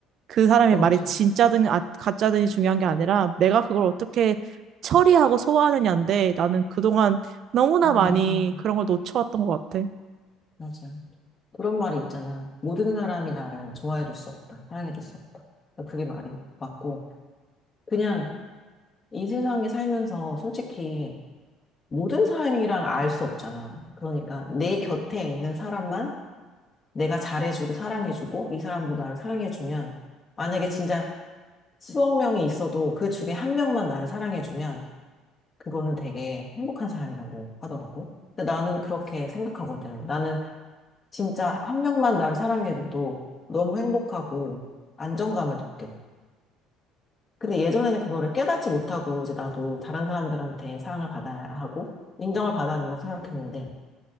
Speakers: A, on the right (about 55°); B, on the left (about 30°).
A: 그 사람의
B: 그렇죠.
A: 말이 진짜든 아, 가짜든이 중요한 게 아니라 내가 그걸 어떻게 처리하고 소화하느냐인데 나는 그동안 너무나
B: 음,
A: 많이 그런 걸 놓쳐왔던 것 같아.
B: 맞아. 그런 말이 있잖아. 모든 사람이 나를 좋아해 줄 수 없다. 사랑해 줄 수 없다. 그게 말이 맞고, 그냥 이 세상에 살면서 솔직히 모든 사람이랑 알 수 없잖아. 그러니까 내 곁에 있는 사람만 내가 잘해주고 사랑해주고 이 사람도 나를 사랑해주면, 만약에 진짜 수억 명이 있어도 그 중에 한 명만 나를 사랑해주면, 그거는 되게 행복한 사람이라고 하더라고. 근데 나는 그렇게 생각하거든. 나는 진짜 한 명만 나를 사랑해줘도 너무 행복하고 안정감을 느껴. 근데 예전에는 그거를 깨닫지 못하고 이제 나도 다른 사람들한테 사랑을 받아야 하고 인정을 받아야 된다고 생각했는데